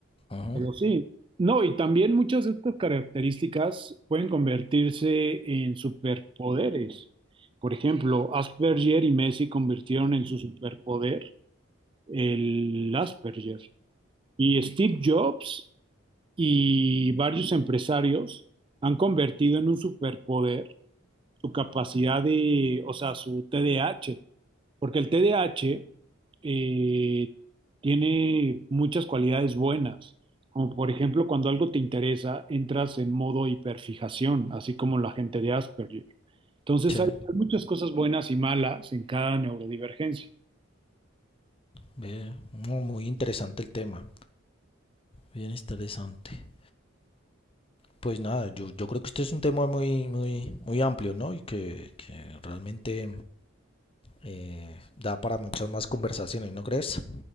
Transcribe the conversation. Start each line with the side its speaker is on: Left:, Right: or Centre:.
Left: Ajá.
Right: Pero sí, no, y también muchas de estas características pueden convertirse en superpoderes. Por ejemplo, Asperger y Messi convirtieron en su superpoder el Asperger. Y Steve Jobs y varios empresarios han convertido en un superpoder su capacidad de, o sea, su TDAH. Porque el TDAH eh, tiene muchas cualidades buenas, como por ejemplo cuando algo te interesa, entras en modo hiperfijación, así como la gente de Asperger. Entonces
Left: Sí,
Right: hay, hay muchas cosas buenas y malas en cada neurodivergencia.
Left: ve, no, muy interesante el tema, bien interesante. Pues nada, yo, yo creo que este es un tema muy, muy, muy amplio, ¿no? Y que, que realmente eh, da para muchas más conversaciones, ¿no crees?